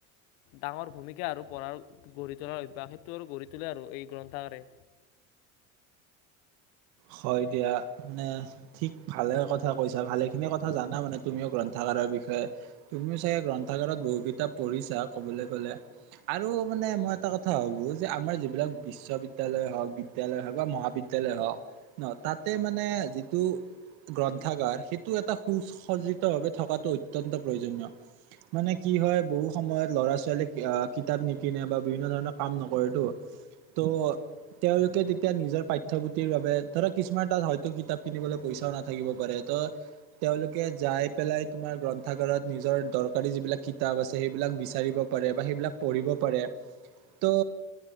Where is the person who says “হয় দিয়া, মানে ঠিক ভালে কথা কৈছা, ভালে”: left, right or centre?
Right